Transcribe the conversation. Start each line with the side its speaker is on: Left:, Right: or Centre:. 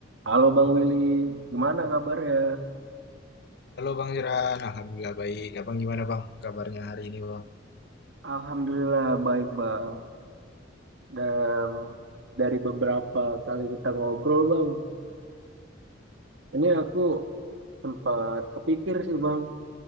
Right: Halo Bang Willy, gimana kabarnya?
Left: Halo Bang Jeran, Alhamdulillah baik. Abang gimana Bang kabarnya hari ini Bang?
Right: Alhamdulillah baik Bang. Dan dari beberapa kali kita ngobrol Bang, ini aku sempat kepikir sih Bang,